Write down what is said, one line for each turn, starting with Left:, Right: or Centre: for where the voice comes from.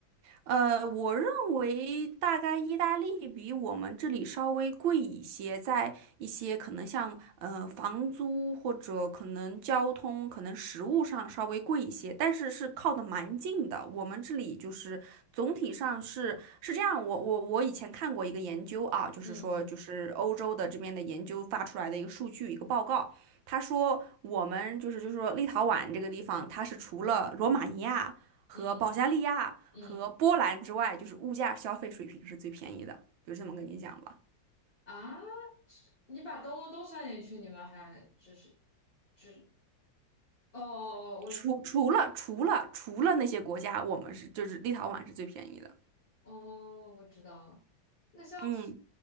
Right: 呃，我认为大概意大利比我们这里稍微贵一些，在一些可能像呃房租或者可能交通、可能食物上稍微贵一些，但是是靠的蛮近的。我们这里就是总体上是是这样，我我我以前看过一个研究啊，就是说就是欧洲的这边的研究发出来的一个数据一个报告，
Left: 嗯嗯
Right: 他说我们就是就是说立陶宛这个地方，它是除了罗马尼亚。和保加利亚和波兰之外，
Left: 嗯嗯。嗯
Right: 就是物价消费水平是最便宜的，就这么跟你讲吧。
Left: 啊，你把东东都算进去，你们还只是只哦，我
Right: 除除了除了除了那些国家，我们是就是立陶宛是最便宜的。
Left: 哦，我知道了。那像
Right: 嗯，